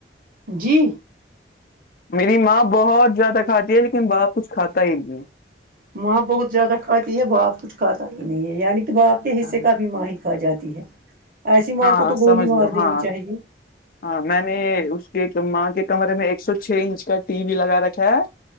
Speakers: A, on the right; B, on the left.
A: جی
B: میری ماں بہت زیادہ کھاتی ہے لیکن باپ کچھ کھاتا ہی نہیں ہے
A: ماں بہت زیادہ کھاتی ہے باپ کچھ کھاتا ہی نہیں ہے یعنی کہ باپ کے حصے
B: ہاں
A: کا بھی ماں ہی کھا جاتی ہے ایسی ماں
B: ہاں
A: کو تو گولی
B: سمجھ
A: مار
B: لو
A: دینی
B: ہاں
A: چاہیے
B: ہاں میں نے اس کے ماں کے کمرے میں ایک سو چھ انچ کا ٹی وی لگا رکھا ہے